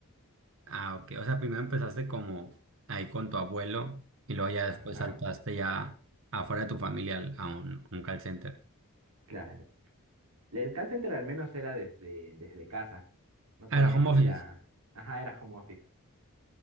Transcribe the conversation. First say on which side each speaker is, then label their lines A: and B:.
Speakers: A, on the right; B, on the right.
A: Ah, ok. O sea, primero empezaste como ahí con tu abuelo y luego ya después
B: Ajá,
A: saltaste ya afuera de tu familia al- a un, un call center.
B: claro El call center al menos era desde, desde casa. No
A: Ah,
B: tenía
A: Era home
B: que ir
A: office.
B: a... Ajá, era home office.